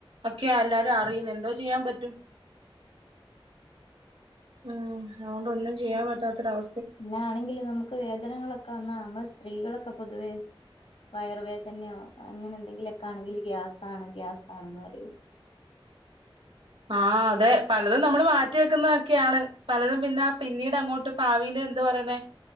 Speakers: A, on the right (about 80°); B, on the left (about 75°).
A: ഒക്കെയാ എല്ലാരും അറിയുന്നെ എന്തോ ചെയ്യാൻ പറ്റും. ഉം അതോണ്ട് ഒന്നും ചെയ്യാൻ പറ്റാത്തൊരവ
B: പിന്ന ആണെങ്കിൽ നമുക്ക് വേദനങ്ങളൊക്കെ വന്നാ നമ്മൾ സ്ത്രീകളൊക്കെ പൊതുവേ വയറ് വേദനയോ അങ്ങനെ എന്തെങ്കിലൊക്കെ ആണെങ്കിൽ ഗ്യാസ് ആണ് ഗ്യാസ് ആണെന്ന് പറയും
A: ആഹ് അതെ പലതും നമ്മള് മാറ്റി വെക്കുന്നതൊക്കെയാണ് പലതും പിന്നെ ആ പിന്നീട് അങ്ങോട്ട് ഭാവിയിൽ എന്താ പറയുന്നെ